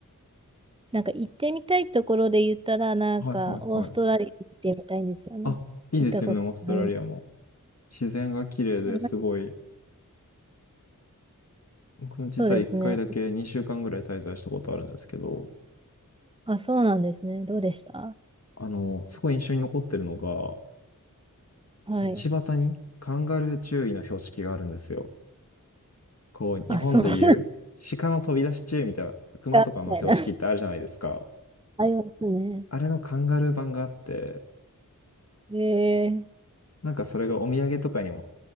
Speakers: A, on the right; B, on the left.
A: なんか行ってみたいところで言ったら、なんか、
B: にはいはいはい。
A: オーストラリア行ってみたいんですよね。
B: あ、いいですよね、
A: 行ったことないな。
B: オーストラリアも。自然が綺麗ですごい。
A: な
B: 僕も実は一回だけ2週間ぐらい滞在したことあるんですけど、
A: そうですね。あ、そうなんですね。どうでした
B: あの、すごい印象に残ってるのが、
A: はい。
B: 道端にカンガルー注意の標識があるんですよ。こう、日本でいう鹿の飛び出し注意みたいな、
A: あ、そうなん
B: 熊とかの標識ってあるじゃないですか。
A: だ、みたいな。ありますね。
B: あれのカンガルー版があって、
A: ええ
B: なんかそれがお土産とかにも